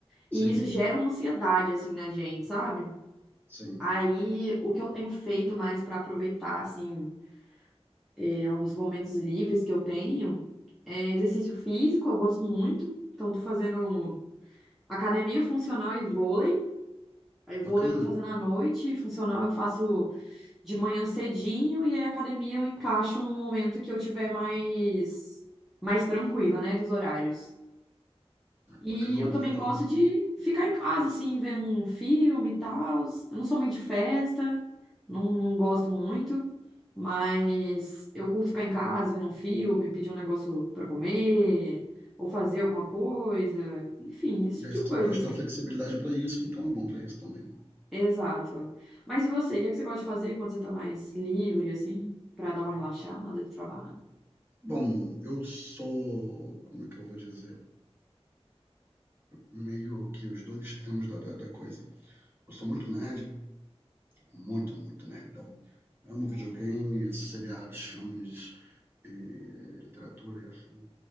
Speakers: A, in the centre; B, on the right (about 20°).
A: E
B: sim,
A: isso gera uma ansiedade, assim, na gente, sabe?
B: sim.
A: Aí, o que eu tenho feito mais pra aproveitar, assim, é, os momentos livres que eu tenho, é exercício físico, eu gosto muito. Então, tô fazendo academia funcional e vôlei. Aí, vôlei
B: Bacana,
A: eu tô fazendo à noite, funcional eu faço. de manhã cedinho e aí a academia eu encaixo num momento que eu tiver mais mais tranquila, né, dos horários. E
B: bacana,
A: eu
B: que
A: também
B: legal.
A: gosto de ficar em casa, assim, vendo um filme e tal. Eu não sou muito de festa, não, não gosto muito, mas eu curto ficar em casa, vendo um filme, pedir um negócio para comer, ou fazer alguma coisa, enfim, esse
B: E
A: tipo
B: aí
A: de
B: esse trabalho
A: coisa,
B: te
A: assim.
B: dá flexibilidade para isso, então é bom para isso também, né?
A: Exato. Mas e você, o que é que você gosta de fazer quando você tá mais livre, assim, pra dar uma relaxada do trabalho?
B: Bom, eu sou, como é que eu vou dizer? Meio que os dois extremos da, da, da coisa. Eu sou muito nerd, muito, muito nerdão. Amo videogames seriados, filmes, e literatura e afim.